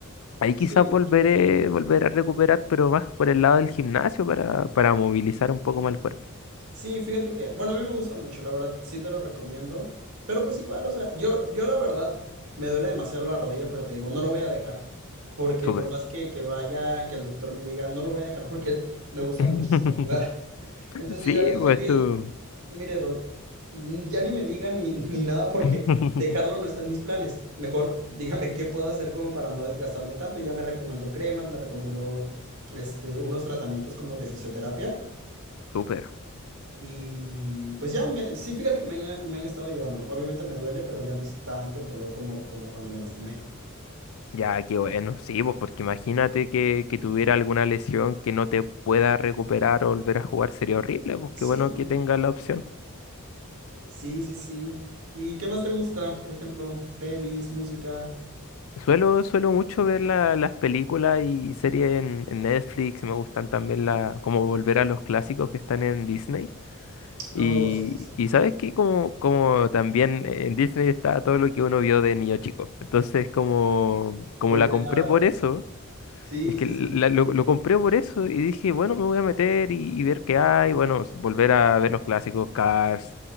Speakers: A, on the left; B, on the right.
A: ahí
B: sí,
A: quizás
B: me
A: volveré,
B: imagino.
A: volver a recuperar, pero más por el lado del gimnasio para, para movilizar un poco más el cuerpo.
B: Sí, fíjate que, bueno, a mí me gusta mucho, la verdad, sí te lo recomiendo, pero pues igual, o sea, yo, yo la verdad me duele demasiado la rodilla, pero te digo, no lo voy a dejar, porque
A: Súper.
B: por más que, que vaya, que el doctor me diga, no lo voy a dejar porque me gusta
A: <laughs>
B: muchísimo jugar. <laughs> Entonces
A: Sí,
B: yo ya le dije,
A: pues
B: mire,
A: tú.
B: Mire, Doc, mm, ya ni me diga ni, <laughs> ni nada porque
A: <laughs>
B: dejarlo no está en mis planes. Mejor dígame qué puedo hacer como para no desgastarme tanto. Y Ya me recomendó cremas, me recomendó este, unos tratamientos como de fisioterapia.
A: Súper.
B: Y pues ya, me, sí, fíjate que me han, me han estado ayudando. Obviamente me duele, pero ya no es tanto el dolor como, como cuando me lastimé.
A: Ya, qué bueno. Sí, pues porque imagínate que, que tuviera alguna lesión que no te pueda recuperar o volver a jugar. Sería horrible, pues qué
B: Sí,
A: bueno que tengas la opción.
B: Sí, sí, sí. ¿Y qué más te gusta? Por ejemplo, pelis, música.
A: Suelo, suelo mucho ver la- las películas y series en, en Netflix, me gustan también la, como volver a los clásicos que están en Disney. Y,
B: Oh, sí, sí, sí.
A: y sabes que como, como también en Disney está todo lo que uno vio de niño chico. Entonces como, como
B: Volver
A: la compré
B: a...
A: por eso,
B: Sí,
A: es que
B: sí,
A: la-
B: sí.
A: lo, lo compré por eso y dije, bueno, me voy a meter y, y ver qué hay. Bueno, s- volver a ver los clásicos Cars,